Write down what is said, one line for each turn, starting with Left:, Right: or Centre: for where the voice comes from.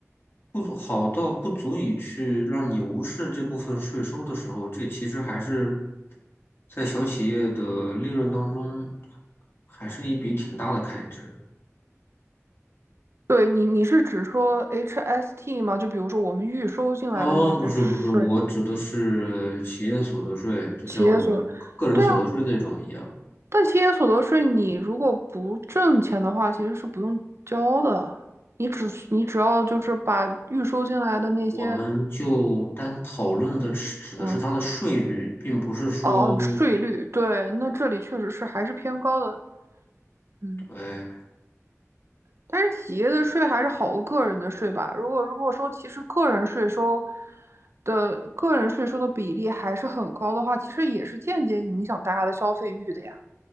Left: 不足好到不足以去让你无视这部分税收的时候，这其实还是在小企业的利润当中，还是一笔挺大的开支。
Right: 对你你是指说 HST 吗？就比如说我们预收进来的那些税，
Left: 哦，不是不是，我指的是企业所得税，就像我们个人所得税那种一样。
Right: 企业所，对啊，但企业所得税你如果不挣钱的话，其实是不用交的。你只你只要就是把预收进来的那些，
Left: 我们就单讨论的是指的是它的税率，
Right: 嗯，
Left: 并不是说，
Right: 哦，税率，对，那这里确实是还是偏高的，嗯。
Left: 对
Right: 但是企业的税还是好过个人的税吧？如果如果说其实个人税收的个人税收的比例还是很高的话，其实也是间接影响大家的消费欲的呀。